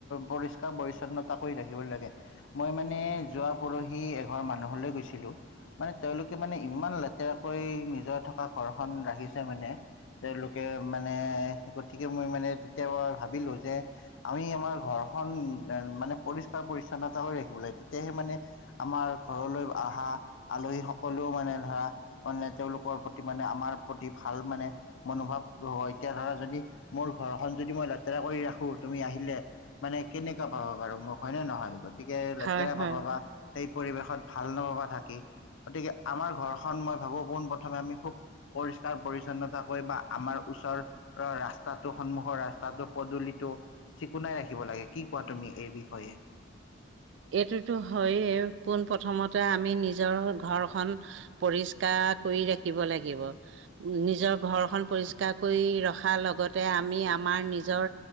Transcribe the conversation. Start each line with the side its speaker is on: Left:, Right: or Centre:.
Left: পৰি কা পৰিচ্ছন্নতা কৰি ৰাখিব লাগে। মই মানে যোৱা পৰহি এঘৰ মানুহলৈ গৈছিলোঁ মানে তেওঁলোকে মানে ইমান লেতেৰাকৈ নিজৰ থকা ঘৰখন ৰাখিছে মানে। তেওঁলোকে মানে, গতিকে মই মানে তেতিয়া ভাবিলোঁ যে আমি আমাৰ ঘৰখন মানে পৰিষ্কাৰ পৰিচ্ছন্নতা কৰি ৰাখিব লাগে তেতিয়াহে মানে আমাৰ ঘৰলৈ আহা আলহীসকলেও মানে ধৰা মানে তেওঁলোকৰ প্ৰতি মানে আমাৰ প্ৰতি ভাল মানে মনোভাৱ হ, এতিয়া ধৰা যদি মোৰ ঘৰখন যদি মই লেতেৰা কৰি ৰাখোঁ তুমি আহিলে মানে কেনেকুৱা ভাবা বাৰু মোক হয়নে নহয়? গতিকে লেতেৰা
Right: হয় হয়।
Left: পাব বা সেই পৰিৱেশত ভাল নাপাবা থাকি। গতিকে আমাৰ ঘৰখন মই ভাবোঁ পোনপ্ৰথমে আমি খুব পৰিষ্কাৰ পৰিছন্নতা বা আমাৰ ওচৰৰ ৰাস্তাটো, সন্মুখৰ ৰাস্তাটো, পদূলিটো চিকুণাই ৰাখিব লাগে, কি কোৱা তুমি এই বিষয়ে?
Right: এইটোতো হয়য়ে, পোন প্ৰথমতে আমি নিজৰ ঘৰখন পৰিষ্কাৰ কৰি ৰাখিব লাগিব, উ, নিজৰ ঘৰখনন পৰিছ কৰি ৰখাৰ লগতে আমি আমাৰ নিজৰ